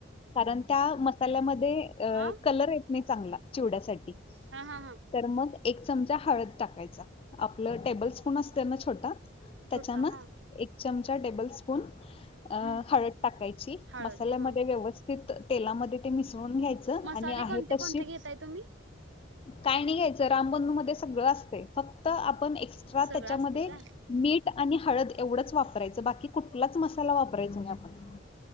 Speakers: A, on the left; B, on the right.
A: कारण त्या मसाल्यामध्ये अ
B: हा
A: कलर येत नाही चांगला, चिवड्यासाठी.
B: हा हा हा
A: तर मग एक चमचा हळद टाकायचा आपलं टेबल स्पून असतंय ना छोटा?
B: छोटा
A: त्याच्यान
B: हा
A: एक चमचा टेबल स्पून अ
B: हम्म
A: हळद टाकायची.
B: हळद
A: मसाल्यामध्ये
B: हा
A: व्यवस्थित तेलामध्ये ते मिसळून घ्यायचं
B: मसाले
A: आणि
B: कोणते
A: आहे तशी
B: कोणते घेताय तुम्ही
A: काय नाही घ्यायचं रामबंदधू मध्ये सगळं असतय. फक्त आपण एक्स्ट्रा
B: सगळं
A: त्याच्यामध्ये
B: असते का
A: मीठ आणि हळद एवढंच वापरायचं बाकी कुठ कुठलाच मसाला वापरायचा नाही आपण.